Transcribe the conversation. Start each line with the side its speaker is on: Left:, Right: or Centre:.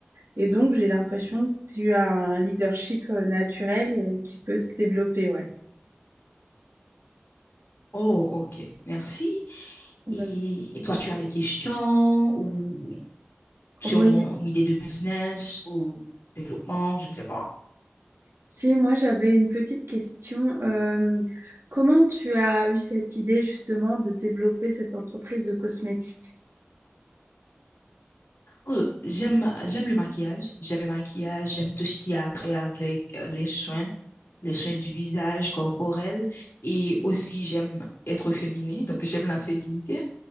Right: Et donc, j'ai l'impression que tu as un leadership euh, naturel, euh, qui peut se développer, ouais.
Left: Oh, ok. Merci.
Right: Ben,
Left: Et, et toi, tu as des questions ou sur
Right: Oui,
Left: mon idée de business ou développement, je ne sais pas.
Right: Si, moi j'avais une petite question. Euh, comment tu as eu cette idée justement de développer cette entreprise de cosmétiques?
Left: Euh, j'aime, j'aime le maquillage. J'aime le maquillage. J'aime tout ce qui a trait avec euh, les soins, les soins du visage corporel. Et aussi, j'aime être féminine. Donc, j'aime la féminité.